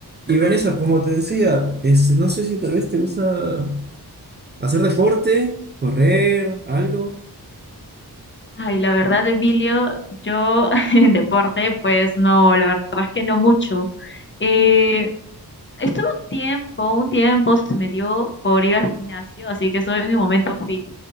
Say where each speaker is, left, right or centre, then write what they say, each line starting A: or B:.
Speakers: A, on the right; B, on the left.
A: Y Vanessa, como te decía, este, no sé si tal vez te gusta hacer deporte, correr, algo.
B: Ay, la verdad, Emilio, yo <laughs> en deporte, pues no, la verdad es que no mucho. Eh, estuve un tiempo, un tiempo se me dio por ir al gimnasio, así que estoy en mi momento fit,